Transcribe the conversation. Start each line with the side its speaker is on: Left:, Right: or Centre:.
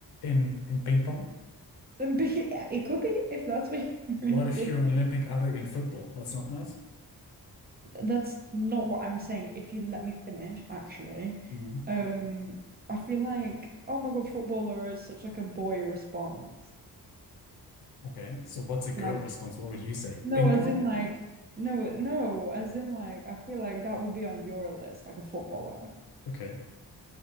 Left: in in ping pong?
Right: And be <laughs> it could be if that's what you're into.
Left: What if you're an Olympic athlete in football? That's not nice.
Right: That's not what I'm saying. If you let me finish, actually,
Left: Mhm.
Right: um, I feel like oh my God, footballer is such like a boy response.
Left: Okay. So what's a girl
Right: Like
Left: response? What would you say?
Right: no,
Left: Ping
Right: as
Left: pong?
Right: in like no, no, as in like I feel like that would be on your list, like a footballer.
Left: Okay.